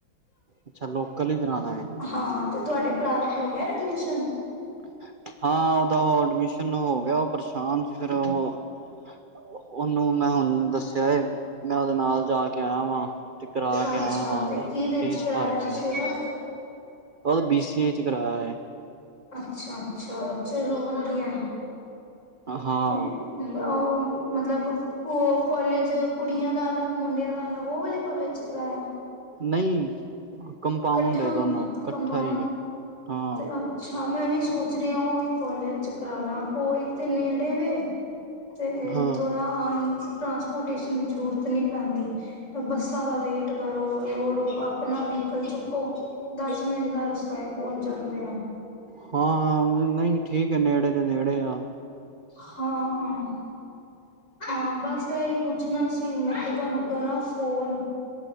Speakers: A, on the right (about 45°); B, on the left (about 35°).
A: ਅੱਛਾ ਲੋਕਲ ਹੀ ਕਰਾਣਾ ਹੈ
B: ਹਾਂ ਤੇ ਤੁਹਾਡੇ ਭੱਰਾ ਦਾ ਹੋ ਐਡਮਿੱਸ਼ਨ
A: ਹੱ <unintelligible> ਹਾਂ ਉਹਦਾ ਉਹ ਐਡਮਿਸ਼ਨ ਹੋ ਗਿਆ ਉਹ ਪਰੇਸ਼ਾਂਨ ਤੇ ਫਿਰ ਉਹ, ਉਹਨੂੰ ਮੈਂ ਹੁਣ ਦੱਸਿਆ ਐ। ਮੈਂ ਉਹਦੇ ਨਾਲ ਜਾ ਕੇ ਆਇਆ ਵਾਂ, ਤੇ ਕਰਾ
B: ਅੱਛਾ
A: ਕੇ ਆਇਆ ਵਾਂ
B: ਤੇ
A: ਉਹਦਾ
B: ਕੀ ਰੇਟ
A: ਫੀਸ
B: ਚ ਕਰਾਇਆ
A: ਭਰ ਕੇ
B: ਤੁਸੀਂ
A: ਆਇਆ
B: ਉਹਦਾ,
A: ਉਹ ਬੀ ਸੀ ਏ ਚ ਕਰਾਇਆ ਹੈ।
B: ਅੱਛਾ-ਅੱਛਾ ਚਲੋ ਵਧੀਆ।
A: ਹਾਂ
B: ਤੇ ਉਹ ਮਤਲਬ ਕੋ ਕੋਲਜ ਕੁੜੀਆਂ ਦਾ ਅਲੱਗ ਮੁੰਡਿਆਂ ਦਾ ਅਲੱਗ ਉਹ ਵਾਲੇ ਕੋਲਜ ਚ ਕਰਾਇਆ।
A: ਨਹੀਂ, ਕੰਮਪਾਊਂਡ
B: ਇਕੱਠਾ
A: ਹੈ
B: ਹੁੰਦਾ
A: ਦੋਨੋ ਕੱਠਾ
B: ਕੰਪਾਊਂਡ
A: ਹੀ ਹੈ। ਹਾਂ,
B: ਤੇ ਅੱਛਾ ਮੈਂ ਵੀ ਸੋਚ, ਪੁੱਛ ਰਹੀ ਆ ਉਹੀ ਕੋਾਲਜ ਚ ਕਰਾਲਾ ਇੱਕ ਤੇ ਨੇੜੇ ਵੇ ਤੇ
A: ਹਾਂ।
B: ਥੋੜਾ ਅ ਟਰਾਂਸਪੋਰਟੇਸ਼ਨ ਦੀ ਜ਼ਰੂਰਤ ਨਹੀਂ ਪੈਂਦੀ। ਬੱਸਾਂ ਦਾ ਵੇਟ ਕਰੋ ਰੋ- ਰੋ ਆਪਣਾ ਵੀ ਕੱਲ ਚੁੱਕੋ ਦਸ ਮਿੰਟ ਦਾ ਰਸਤਾ ਹੈ। <unintelligible> ਜਾਂਦੇ ਆ।
A: ਹਾਂ-ਹਾਂ ਨਹੀਂ ਠੀਕ, ਨੇੜੇ ਦੇ ਨੇੜੇ ਆਂ
B: ਹਾਂ-ਹਾਂ, ਹਾਂ ਬੱਸ ਇਹ, ਪੁੱਛਣਾ ਸੀ ਮੈਂ ਕਿਹਾ ਤੁਹਾਨੂੰ ਕਰਾਂ ਫੋਨ